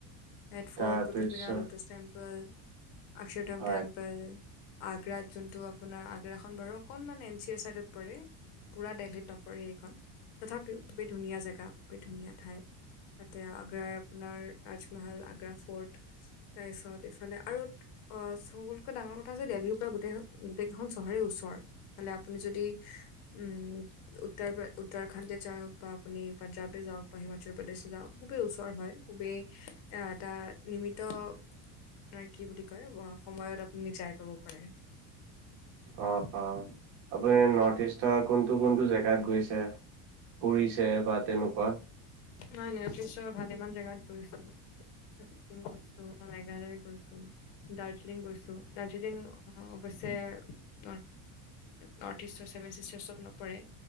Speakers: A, on the left; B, on the right.
A: ৰেডফ'ৰ্ট
B: তাৰপিছত
A: কুটুবমিনাৰ ল'টাছ টেম্পল অক্ষতম
B: হয়
A: টেম্পল আগ্ৰাত যোনটো আপোনাৰ আগ্ৰাখন বাৰু অকনমান এন চি অৰ চাইডত পৰে পুৰা দেল্হীত নপৰে এইখন তথাপিও খুবেই ধুনীয়া জেগা খুবেই ধুনীয়া ঠাই। তাতে আগ্ৰাৰ আপোনাৰ তাজমল আগ্ৰা ফৰ্ট তাৰ পিছত ইফালে আৰু অ', চবতকৈ ডাঙৰ কথা যে দেল্হীৰ পৰা গোটেই গোটেই খন চহৰে ওচৰ। ফালে আপুনি যদি উম উত্তৰ উত্তৰাখাণ্ডে যাওঁক। বা আপনি পঞ্জাবে যাওঁক <unintelligible> উত্তৰ প্ৰদেশে যাওঁক খুবেই ওচৰ হয় খুবেই এ এটা নিমিত আপোনাৰ কি বুলি কয় সময়ত আপুনি যাই পাব পাৰে। <inaudible>
B: অ অ আপুনি নৰ্থ ইষ্টৰ কোনটো কোনটো জেগাত গৈছে। পৰিছে বা তেনেকুৱা।
A: নাই নাই নৰ্থ ইষ্টৰ ভালেমান জাগাত গৈছোঁ। ছিকিম গৈছোঁ বা মেঘালয় গৈছোঁ। দাৰ্জিলিং গৈছোঁ দাৰ্জিলিং অৱশ্যে ন নৰ্থ ইষ্টৰ ছেভেন চিটাৰচত নপৰে।